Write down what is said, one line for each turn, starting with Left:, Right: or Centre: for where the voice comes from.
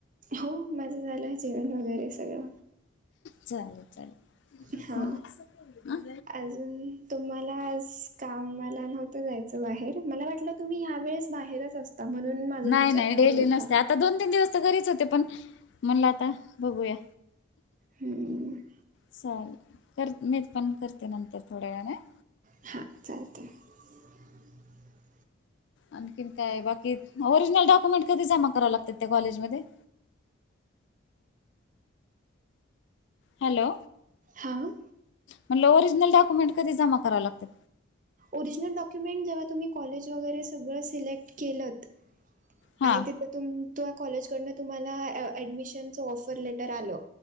Right: हो माझं झालं जेवण वगैरे सगळं.
Left: चालेल चालेल.
Right: हा,
Left: ह
Right: अजून तुम्हाला आज कामाला नव्हतं जायचं. बाहेर, मला वाटलं तुम्ही ह्या वेळेस बाहेरच असता, म्हणून माझा
Left: नाही
Right: विचार
Left: नाही
Right: चालू
Left: डेली
Right: होता.
Left: नसते आता दोन- तीन दिवस घरीच होते पण, म्हणल आता बघूया.
Right: हम्म....
Left: चालेल, कर मी पण करते नंतर थोड्या वेळाने हा.
Right: हा, चालतय. <inaudible>
Left: आणखीन काय बाकी? ओरिजिनल डॉक्युमेंट कधी जमा कराव लागतात त्या कॉलेजमध्येध्ये? हॅलो.
Right: हां.
Left: म्हणलं ओरिजनल डॉक्यमेंट कधी जमा कराव लागतात?
Right: ओरिजनल डॉक्युमेंट जेव्हा तुम्ही कॉलेज वगैरे सगळं सिलेक्ट केलत,
Left: हां
Right: आणि ते तुम -तुया कॉलेज कडनं तुम्हाला ऍडमिशन ऑफर लेटर आलं